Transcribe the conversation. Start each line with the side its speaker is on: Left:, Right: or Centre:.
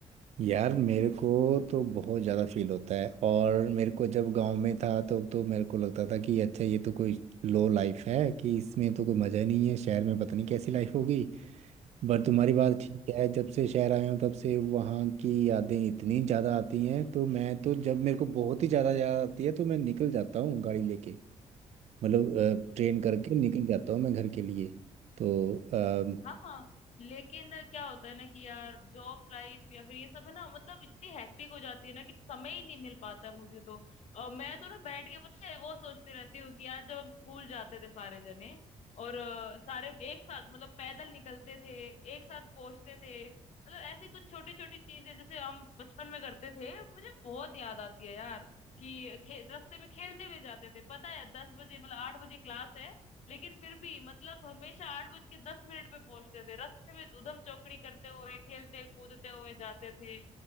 Right: यार मेरे को तो बहुत ज़्यादा फील होता है और मेरे को जब गांव में था तो तो मेरे को लगता था कि अच्छा ये तो कोई लो लाइफ है कि इसमें तो कोई मज़ा ही नहीं है शहर में पता नहीं कैसी लाइफ होगी पर तुम्हारी बात ठीक है जब से शहर आया हूँ तब से वहाँ की यादें इतनी ज़्यादा आती हैं तो मैं तो जब मेरे को बहुत ही ज़्यादा याद आती है तो मैं निकल जाता हूँ गाड़ी लेके मतलब ट्रेन करके
Left: अच्छा
Right: निकल जाता हूँ मैं घर के लिए तो
Left: हाँ हाँ लेकिन क्या होता है ना कि यार जॉब लाइफ या फिर ये सब है ना मतलब इतनी हेक्टिक हो जाती है ना कि समय ही नहीं मिल पाता है मुझे तो और मैं तो ना बैठ के पता है वो सोचती रहती हूँ कि यार जब हम स्कूल जाते थे सारे जने और अ, सारे एक साथ मतलब पैदल निकलते थे एक साथ पहुंचते थे मतलब ऐसी कुछ छोटी छोटी चीजें जैसे हम बचपन में करते थे मुझे बहुत याद आती है यार कि खे, रास्ते में खेलते हुए जाते थे पता है दस बजे मतलब आठ बजे क्लास है लेकिन फिर भी मतलब हमेशा आठ बज के दस मिनट पे पहुंचते थे रास्ते में उधम चौकड़ी करते हुए खेलते कूदते हुए जाते थे